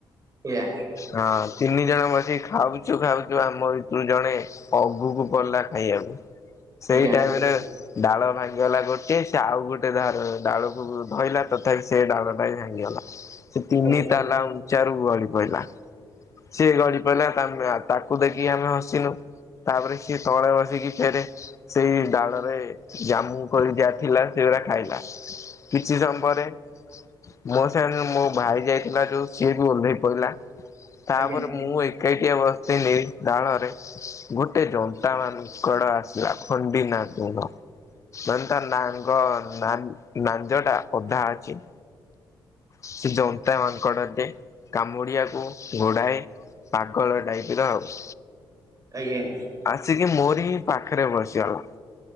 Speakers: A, on the right; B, on the left.
A: ୟା।
B: ହଁ ତିନି ଜଣ ବସିକି ଖାଉଚୁ ଖାଉଚୁ ଆମ ଭିତରୁ ଜଣେ ଅଗୁକୁ ପଳେଇଲା ଖାଇବାକୁ। ସେଇ
A: ଆଜ୍ଞା ଆଜ୍ଞା ଆଜ୍ଞା
B: ଟାଇମ୍ ରେ ଡାଳ ଭାଙ୍ଗିଗଲା ଗୋଟେ। ସେ ଆଉ ଗୋଟେ ଧାର ଡାଳକୁ ଧଇଲା ତଥାପି ସେ ଡାଳ ଟା ବି ଭାଙ୍ଗିଗଲା। ସେ
A: ଆଜ୍ଞା
B: ତିନି ତାଲା ଉଞ୍ଚାରୁ ଗଡି ପଇଲା। ସିଏ ଗଳି ପଇଲା ତାକୁ ଦେଖିକି ଆମେ ହସିନୁ। ତାପରେ ସିଏ ତଳେ ବସିକି ଫେରେ ସେଇ ଡାଳରେ ଜାମୁ କୋଳି ଯାହା ଥିଲା ସେଗୁରା ଖାଇଲା। କିଛି ସମୟ ପରେ ମୋ ସାଙ୍ଗରେ ମୋ ଭାଇ ଯାଇଥିଲା ଯୋଉ ସିଏ ବି ଓଲ୍ହେଇ ପଇଲା। ତାପରେ
A: ଆଜ୍ଞା ଆଜ୍ଞା ଆଜ୍ଞା ଆଜ୍ଞା ଆଜ୍ଞା ଆଜ୍ଞା ଆଜ୍ଞା ଆଜ୍ଞା
B: ମୁଁ ଏକାଟିଆ ବସଥିନି ଡାଳରେ। ଗୋଟେ ଜନ୍ତା ମାଙ୍କଡ ଆସିଲା ଖଣ୍ଡି ନାଙ୍ଗୁଡ଼। ମାନେ ତା ନା ଙ୍କ ନାନ୍ ନାଞ୍ଜ ଟା ଅଧା ଅଛି। ସେ ଜନ୍ତା ମାଙ୍କଡ଼ ଟେ। କାମୁଡିବାକୁ ଗୋଡ଼ାଏ ପାଗଳ ଟାଇପ ର ଆଉ।
A: ଆଜ୍ଞା।
B: ଆସିକି ମୋରି ହିଁ ପାଖରେ ବସିଗଲା।